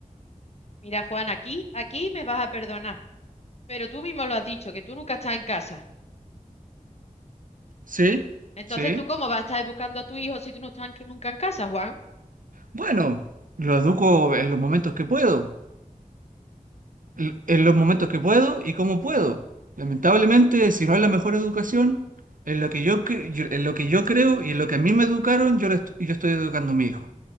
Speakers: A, on the left (about 50°); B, on the right (about 75°).
A: Mira, Juan, aquí, aquí me vas a perdonar. Pero tú mismo lo has dicho, que tú nunca estás en casa.
B: ¿Sí?
A: Entonces,
B: ¿Sí?
A: ¿tú cómo vas a estar educando a tu hijo si tú no estás en- nunca en casa, Juan?
B: Bueno, lo educo en los momentos que puedo. l- en los momentos que puedo y cómo puedo. Lamentablemente, si no es la mejor educación, en lo que yo, cre- yo- en lo que yo creo y en lo que a mí me educaron, yo, le est- yo estoy educando a mi hijo.